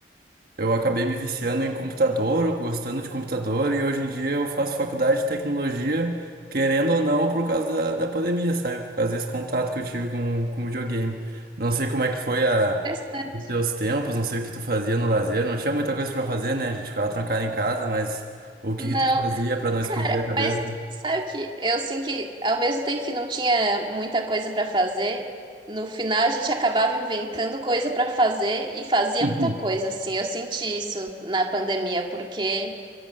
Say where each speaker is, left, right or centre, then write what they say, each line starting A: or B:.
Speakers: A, on the right; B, on the right.
A: eu acabei me viciando em computador, gostando de computador, e hoje em dia eu faço faculdade de tecnologia, querendo ou não, por causa da, da pandemia, sabe? Por causa desse contato que eu tive com, com videogame. Não sei como é que foi a,
B: Interessante.
A: os teus tempos, não sei o que tu fazia no lazer, não tinha muita coisa pra fazer, né? A gente ficava trancado em casa, mas o que
B: Não.
A: que tu fazia pra não explodir
B: Cara,
A: a cabeça?
B: mas sabe o que? Eu assim que ao mesmo tempo que não tinha muita coisa pra fazer, no final a gente acabava inventando coisa pra fazer e fazia
A: <laughs>
B: muita coisa assim. Eu senti isso na pandemia, porque